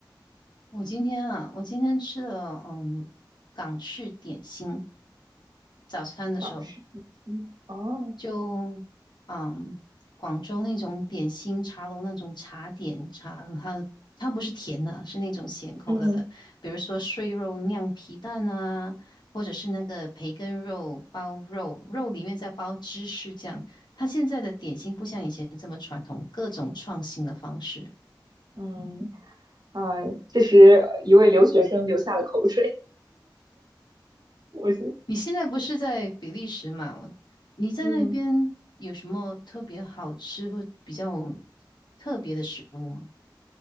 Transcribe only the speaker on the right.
港式点心哦，
嗯
嗯，啊、这时一位留学生流下了口水。<laughs> 我是
嗯。